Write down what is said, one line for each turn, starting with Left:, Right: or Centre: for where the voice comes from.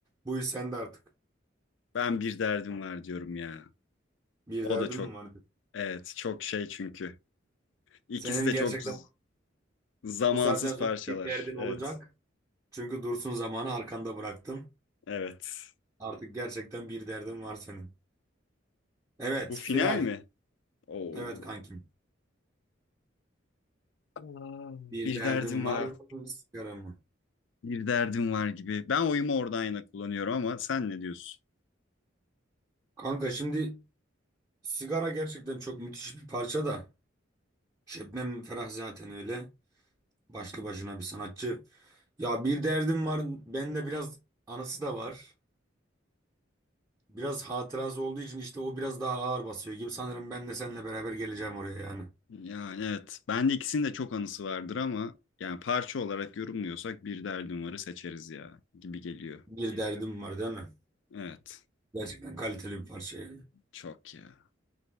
Right: bu iş sende artık.
Left: ben bir derdim var diyorum ya.
Right: Bir
Left: O
Right: derdin
Left: da çok
Right: mi var?
Left: evet çok şey çünkü. İkisi
Right: Senin
Left: de
Right: gerçekten
Left: çok z- zamansız
Right: bu saatten sonra
Left: parçalar.
Right: bir derdin
Left: Evet.
Right: olacak. Çünkü Dursun zamanı arkanda bıraktın.
Left: Evet.
Right: Artık gerçekten bir derdin var senin. Evet
Left: Bu final
Right: final.
Left: mi? Oo.
Right: Evet kankim.
Left: Aa.
Right: Bir
Left: Bir
Right: derdim
Left: derdim var.
Right: var mı? Sigara mı?
Left: Bir derdim var gibi. Ben oyumu oradan yana kullanıyorum ama sen ne diyorsun?
Right: Kanka şimdi sigara gerçekten çok müthiş bir parça da. Şebnem Ferah zaten öyle. Başlı başına bir sanatçı. Ya bir derdim var. Bende biraz anısı da var. Biraz hatırası olduğu için işte o biraz daha ağır basıyor gibi. Sanırım ben de seninle beraber geleceğim oraya yani.
Left: Yani evet. Bende ikisinin de çok anısı vardır ama yani parça olarak yorumluyorsak bir derdim varı seçeriz ya gibi geliyor.
Right: Bir derdim var değil mi?
Left: Evet.
Right: Gerçekten kaliteli bir parça yani.
Left: Çok ya.